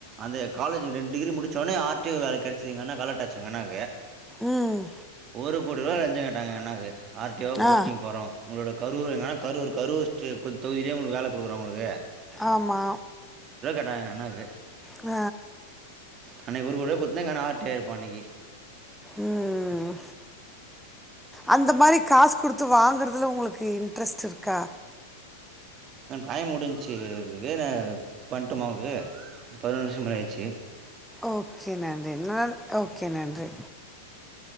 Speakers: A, on the right; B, in the centre.
A: அந்த காலேஜு ரெண்ட் டிகிரி முடிச்சவொன்னே ஆர் டி ஓ வேல கெடைச்சது எங்க அண்ணக் அலட்டாச்சு எங்க அண்ணாக்கு
B: ம்
A: ஒரு கோடி ரூவா லஞ்ச கேட்டாங்க எங்க அண்ணாக்கு ஆர் டி ஓன் போஸ்டிங்
B: ஆ
A: போறோ உங்களோட கரூர் எங்கன்னா கரூர் கரூர் ஸ்டே கு தொகுதியிலே உங்களுக்கு வேல குடுக்குறே உங்களுக்கு
B: ஆமா
A: ன்னாங்க எங்க அண்ணாக்கு
B: ஆ
A: அன்னைக்கு ஒரு கோடி ரூவா குடுத்துருந்தா எங்க அண்ண ஆர் டி ஓ ஆயிருப்பா அன்னைக்கி
B: ம் அந்த மாரி காஸ் குடுத் து வாங்குறதுல உங்களுக்கு இன்ட்ரெஸ்ட் இருக்கா
A: மேம் டைம் முடிஞ்ச்சுகுன பண்ட்டுமா உங்கக்கு பதினோரு நிமிஷமாயிருச்சு
B: ஓகே நன்றி நன் ஓகே நன்றி